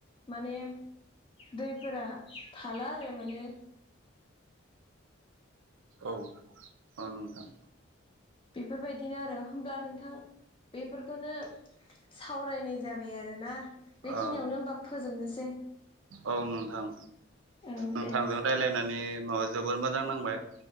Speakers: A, on the left; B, on the right.
A: माने दैफोरा थाला आरो माने
B: औ-औ नोंथां।
A: बेफोरबायदिनो आरो होब्ला नोंथां बेफोर खौनो सावरायनाय जाबाय आरोना बेखिनियावनो
B: ओ
A: होबा फोजोबनोसै
B: औ नोंथां
A: औ
B: नोंथांजों
A: दे
B: रायलायनानै माबा जोबोर मोजां नांबाय